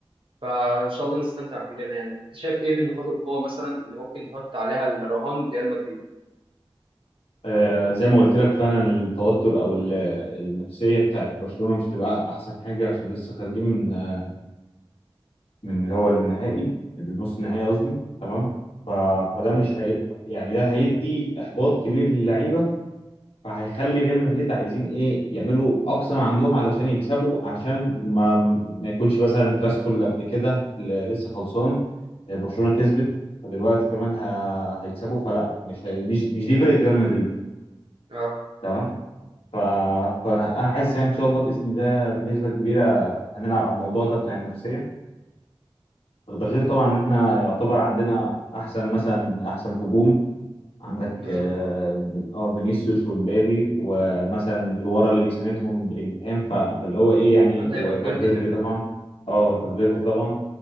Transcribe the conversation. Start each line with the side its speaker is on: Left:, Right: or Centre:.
Right: فان شاء الله نستمتع كلنا يعني انت شايف ايه من نقاط القوه مثلا اللي ممكن تحط عليها الرهان ريال مدريد
Left: آه زي ما قلت لك فعلا التوتر او ال- النفسيه بتاعت برشلونه مش تبقى احسن حاجه عشان لسه خارجين من آه، من اللي هو النهائي اللي نص النهائي قصدي تمام ف... فده مش هيبقى يعني ده هيدي احباط كبير للعيبه فهيخلي ريال مدريد عايزين ايه يعملوا اقصى ما عندهم علشان يكسبوا عشان ما ما يكونش مثلا الكلاسيكو اللي قبل كده اللي لسه خلصان آه، برشلونه كسبت فدلوقتي كمان ه... هيكسبوا فلا مش هي... مش مش دي فرقه ريال مدريد
Right: اه
Left: تمام ف... فانا حاسس يعني ان شاء الله باذن الله بنسبه كبيره هنلعب على الموضوع ده بتاع النفسيه ده غير طبعا ان احنا يعتبر عندنا احسن مثلا احسن هجوم عندك
Right: بالظبط
Left: اه آه، فينيسيوس ومبابي ومثلا اللي ورا اللي بيساندهم بلينجهام فاللي هو ايه يعني
Right: عندك
Left: وفالفيردي
Right: فالفيردي كمان
Left: طبعا اه فالفيردي
Right: طبعا
Left: طبعا